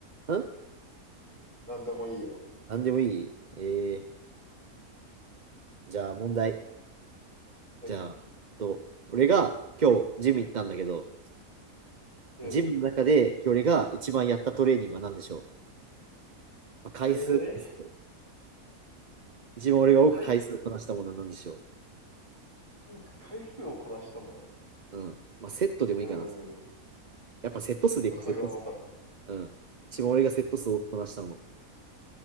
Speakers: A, on the right (about 40°); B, on the right (about 20°).
A: ん
B: なんでもいいよ。
A: なんでもいいえー、じゃあ問題。
B: はい。
A: じゃあ、と、俺が今日ジム行ったんだけど、
B: うん。
A: ジムの中で今日俺が一番やったトレーニングは何でしょう、まあ、回数です
B: えー、
A: 一番俺が多く回数をこなしたものは何でしょ
B: 回数。多く回数をこなしたもの。
A: ううん。まあ、セットでもいいかな。
B: うーん。
A: やっぱセット数でいこう、
B: セット数が多かったもの。
A: セット数。うん。一番俺がセット数を多くこなしたも